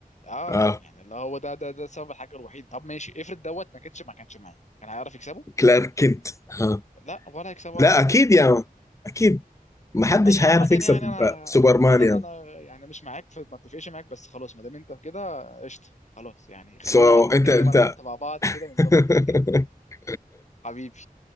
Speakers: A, on the left (about 50°); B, on the left (about 20°).
A: اه
B: اه
A: يعني اللي هو ده ده ده السبب الحاجه الوحيد طب ماشي افرض دوت ما كانش ما كانش معايا كان هيعرف يكسبه
B: كلارك كنت ها.
A: لا ولا هيكسبه
B: لا
A: ولا حاجه
B: اكيد يا مان اكيد ما حدش
A: ماشي عامة
B: هيعرف
A: يعني
B: يكسب
A: انا
B: سوبرمان
A: عامة انا
B: يا مان
A: يعني مش معاك في ما اتفقش معاك بس خلاص ما دام انت كده قشطه خلاص يعني خلينا
B: سو
A: نقعد نتكلم
B: انت انت
A: انا وانت مع بعض كده ونظبط
B: <laughs>
A: <laughs> حبيبي